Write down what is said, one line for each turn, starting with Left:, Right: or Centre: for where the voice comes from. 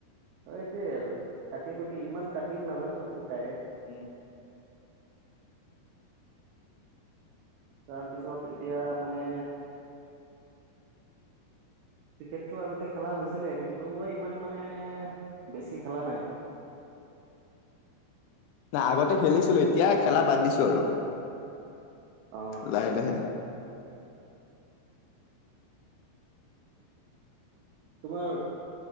Right: অ' এইটোৱে আৰু কাটি কুটি ইমান কাটিং নাজানো আৰু ডাইৰেক্ট।
Left: উম
Right: তাৰপিছত এতিয়া মানে- ক্ৰিকেটটো আগতে খেলা হৈছিলে, কিন্তু মই ইমান মানে বেছি খেলা নাই। <inaudible>
Left: নাই আগতে
Right: বুজিছা
Left: খেলিছিলো, এতিয়া খেলা বাদ দিছো আৰু
Right: অ
Left: লাহে, লাহে।
Right: তোমাৰ,